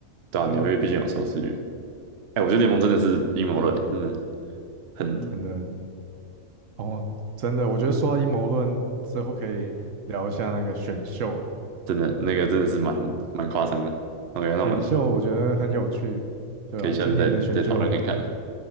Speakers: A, on the right; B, on the right.
A: 对啊，
B: 对啊，
A: 纽约毕竟有收视率。哎，我觉得联盟真的是阴谋论，真的很
B: 真的，哦，真的，我觉得说到阴谋论之后，可以聊一下那个选秀，
A: 真的那个真的是蛮蛮夸张的。OK，
B: 选秀我觉得很有趣，
A: 那我们
B: 对啊，
A: 可以下次再再讨论看看啊，
B: 今年的选秀，